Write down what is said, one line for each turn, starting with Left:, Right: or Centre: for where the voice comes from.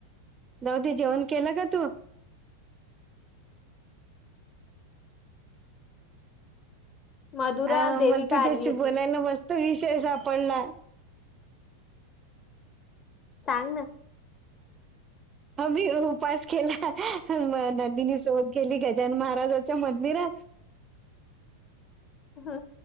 Right: जाऊदे जेवण केलं का तू?
Left: मधुरा
Right: अ
Left: देविका
Right: मला तुझ्याशी
Left: आली होती
Right: बोलायला मस्त विषय सापडला.
Left: सांग ना.
Right: ह मी उपास केला नंदनी सोबध केली गजान महाराजाच्या मंदिरात-
Left: ह